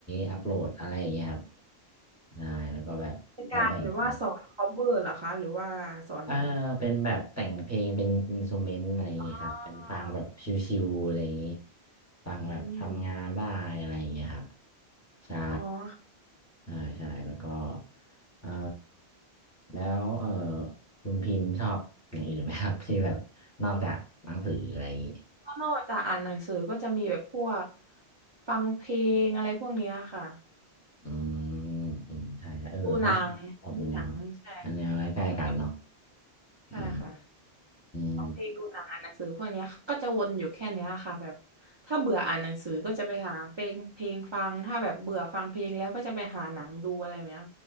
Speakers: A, on the left; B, on the right.
A: อัปโหลดอะไรอย่างเงี้ยครับได้แล้วก็แบบเราแบ่งมา
B: เป็นการแบบว่าสอน cover เหรอคะหรือว่าสอน
A: เออเป็นแบบแต่งเพลงเป็นอินสต u เมนต์อะไรอย่างงี้ครับเป็นฟังแบบชิวๆอะไรอย่างงี้
B: อ่า
A: ฟังแบบทำงานได้อะไรอย่างงี้ครับ
B: อืม
A: ใช่
B: อ๋อค่ะ
A: ใช่ใช่แล้วก็เออแล้วเออคุณพิมพ์ชอบอย่างอื่นไหมครับ <laughs> ที่แบบนอกจากหนังสืออะไรอย่างงี้
B: ก็นอกจากอ่านหนังสือก็จะมีแบบพวกฟังเพลงอะไรพวกเนี้ยค่ะ
A: อืมอืมใช่ใช่เออเราก็ชอบชอบแนว
B: ดูหนังดูหนังใช่
A: แนวใกล้ๆกันเนาะ
B: ค่ะแบบใช่ค่ะ
A: อืม
B: ฟังเพลงดูหนังอ่านหนังสือพวกเนี้ยก็จะวนอยู่แค่เนี้ยค่ะแบบถ้าเบื่ออ่านหนังสือก็จะไปหาเพลงเพลงฟังถ้าแบบเบื่อฟังเพลงแล้วก็จะไปหาหนังดูอะไรแบบเนี้ย